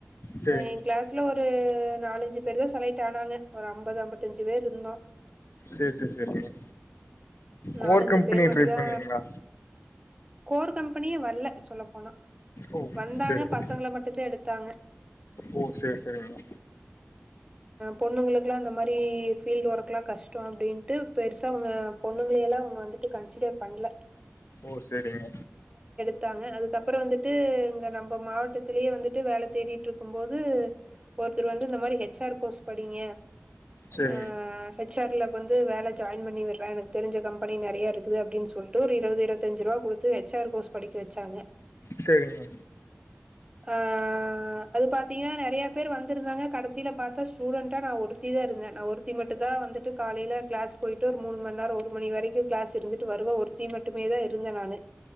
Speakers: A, on the left; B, on the right.
A: சேரிங்க
B: என் கிளாஸ்ல ஒரு ஒரு நாலஞ்சு பேரு தா செலட்டு ஆனாங்க ஒரு ஐம்பது ஐம்பத்தஞ்சு பேரு இருந்தோ
A: சேரி சேரி சேரிங்க
B: நாலஞ்சு
A: கோர் கம்பெனி
B: பேர் மட்டுந்தா
A: ட்ரை பண்ணீங்களா
B: கோர் கம்பெனியே வர்ல சொல்ல போனா
A: ஓ
B: வந்தாங்க
A: சேரிங்க
B: பசங்கள மட்டுந்தா எடுத்தாங்க
A: ஓ சேரி சேரிங்க
B: பொண்ணுங்களுக்குகேல்லா அந்த மாரி ஃபீல்ட ஒர்க் எல்லா கஷ்ட அப்படின்ட்டு பெருசா அவங்க பொண்ணுங்க எல்லா அவுங்க வந்துட்டு கன்சிடர் பண்ல
A: ஓ சேரிங்க
B: த்தாங்க அதுக்கப்பற வந்துட்டு இங்க நம்ம மாவட்டத்திலேயே வந்துட்டு வேல தேடிட்டு இருக்கும் போது ஒருத்தர் வந்து இந்த மாரி ஹெச்ஆர் கோர்ஸ் படிங்க
A: சேரிங்க
B: அ ஹெச்ஆர்ல வந்து வேலை ஜாயின் பண்ணி விடுற எனக்கு தெரிஞ்ச கம்பெனி நெறய இருக்குது அப்படின்னு சொல்லிட்டு ஒரு இருபது இருபத்தஞ்சு ரூவா குடுத்து ஹெச்ஆர் கோர்ஸ் படிக்க வச்சாங்க
A: சேரிங்க
B: ஆ அது பாத்தீங்ன்னா நெறய பேர் வந்திருந்தாங்க கடைசில பாத்தா ஸ்டூடன்டா நான் ஒருத்தி தா இருந்த நா ஒருத்தி மட்டு தா வந்துட்டு காலையில கிளாஸ் போயிட்டு ஒரு மூணு மணி நேர ஒரு மணி வரைக்கு கிளாஸ் இருந்துட்டு வருவ ஒருத்தி மட்டுமே தா இருந்த நானு